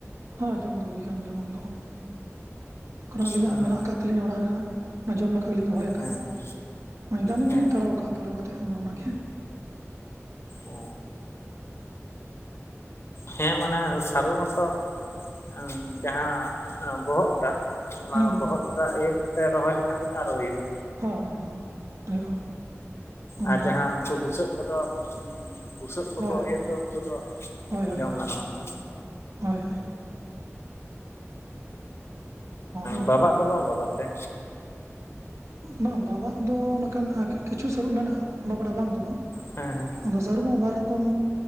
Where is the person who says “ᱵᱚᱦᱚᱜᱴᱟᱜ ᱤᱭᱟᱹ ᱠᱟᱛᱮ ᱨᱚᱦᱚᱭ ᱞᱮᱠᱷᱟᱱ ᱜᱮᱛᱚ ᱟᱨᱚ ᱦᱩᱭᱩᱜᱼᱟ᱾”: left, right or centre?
Left